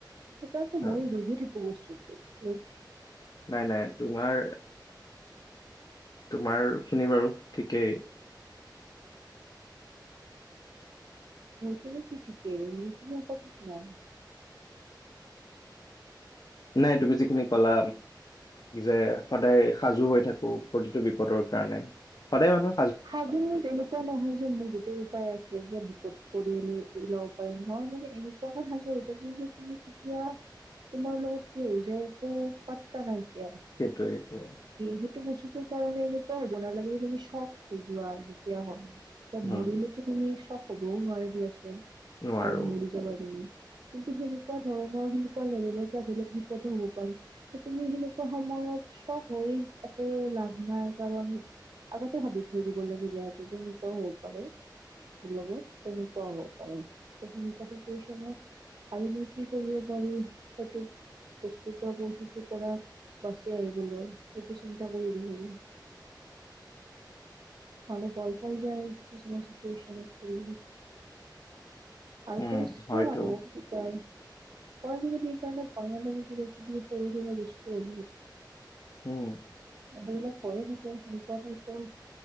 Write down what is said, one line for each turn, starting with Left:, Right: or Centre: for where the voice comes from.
Right: সেইকাৰণো
Left: হয়।
Right: মই ৰেডি থাকো বস্তুত ও
Left: নাই নাই তোমাৰ তোমাৰ খিনি বাৰু ঠিকেই
Right: মোৰ খিনি কি ঠিকেই মোৰ খিনি একো ঠিক নাই
Left: নাই তুমি যিখিনি কলা যে সদায় সাজু হৈ থাকো প্ৰতিটো বিপদৰ কাৰণে সদায় মানুহ
Right: সাজো মই এনেকুৱা নহয় যে মোৰ গোতেই উপায় আছে ক পৰিয়াল ওলাব পাৰিম নহয় মানে এনেকুৱাকে সাজু হৈ থাকো যে তুমি কেতিয়া তোমাৰ লগত কি হৈ যায় একো পাত্তা নাইকি নাইকিয়া
Left: সেইটোৱে সেইটোৱে।
Right: সেইটো বস্তু সেইটো কাৰণে এনেকুৱা হ'ব নালাগে যে তুমি চব শুই যোৱা যেতিয়া হয় এতিয়া
Left: উম
Right: মৰিলে তো তুমি হ'বও নোৱাৰি দিয়াচোন
Left: নোৱাৰো
Right: কাৰণ মৰি যাবা তুমি কিন্তু সেনেকুৱা ধৰণৰ সেনেকুৱা লেভেলত ক বেলেগ বিপদো হব পাৰি ত তুমি সেনেকুৱা সময়ত সব হৈ একো লাভ নাই কাৰণ আগতে হবিধা লাগীয়া যেনেকুৱাও হব পাৰে মোৰ লগত তেনেকুৱাও হ'ব পাৰে ত সেনেকুৱা চিটুৱেচনত আৰু মই কি কৰিব পাৰি সেইটো বস্তুৰ পৰা পৰিস্থিতিৰ পৰা বাচি আহিবলৈ সেইটো চিন্তা কৰিব লাগে মানুহ ভয় খাই যায় কিছুমান চিটুৱেচনত পৰি আৰু
Left: উম
Right: পৰিস্থিতিয়ে
Left: হয়তো
Right: মানুহক শিকাই মই আজিকালি সেইকাৰণে পই লাগি পেলাই কিবা কিবি সৰু সৰু বস্তু আ
Left: উম
Right: এইবিলাক হয়য়ে থাকে সেনেকুৱা টাইপৰ